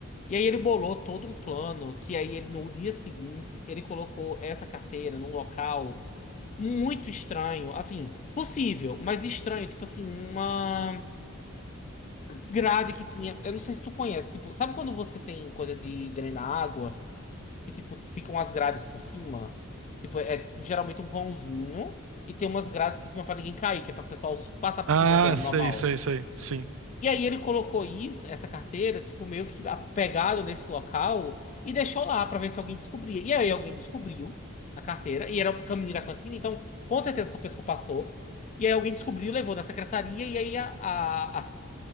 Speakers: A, on the left; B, on the right.
A: E aí ele bolou todo um plano que aí ele no dia seguinte ele colocou essa carteira num local muito estranho, assim, possível, mas estranho, tipo assim, uma grade que tinha, eu não sei se tu conhece, tipo, sabe quando você tem coisa de drenar água, que tipo, ficam as grades por cima? Tipo, é geralmente um vãozinho e tem umas grades por cima pra ninguém cair, que é pra o pessoal passar por
B: Ah,
A: cima do normal.
B: sei, sei, sei. Sim.
A: E aí ele colocou isso, essa carteira, tipo, meio que pegado nesse local e deixou lá pra ver se alguém descobria. E aí alguém descobriu a carteira, e era o caminho da cantina, então com certeza essa pessoa passou. E aí alguém descobriu, levou na secretaria, e aí a, a, a